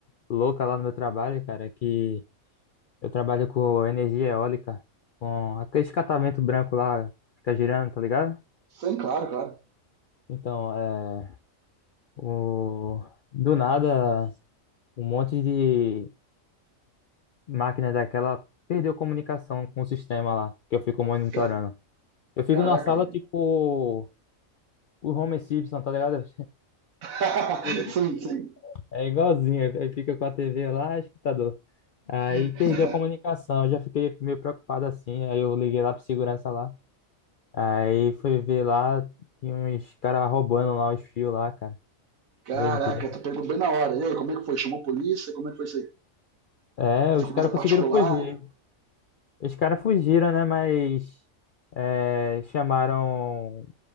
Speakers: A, on the left; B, on the right.
A: louca lá no meu trabalho, cara, que eu trabalho com energia eólica, com aquele catavento branco lá, fica girando, tá ligado?
B: Sim, claro, claro.
A: Então, é... o... do nada, um monte de máquina daquela perdeu comunicação com o sistema lá, que eu fico monitorando.
B: Ca-
A: Eu fico
B: Caraca,
A: numa sala
B: mano.
A: tipo o Homer Simpson, tá ligado?
B: <laughs>
A: <laughs>
B: Sim, sim.
A: É igualzinho, aí fica com a TV lá, escutador. Aí
B: <laughs>
A: perdeu a comunicação, eu já fiquei meio preocupado assim, aí eu liguei lá pro segurança lá. Aí fui ver lá, tinha uns caras roubando lá os fios lá, cara.
B: Caraca,
A: Doideira.
B: tu pegou bem na hora. E aí, como é que foi? Chamou a polícia? Como é que foi isso aí?
A: É,
B: Segurança
A: os caras
B: particular?
A: conseguiram fugir. Os caras fugiram, né? Mas é, chamaram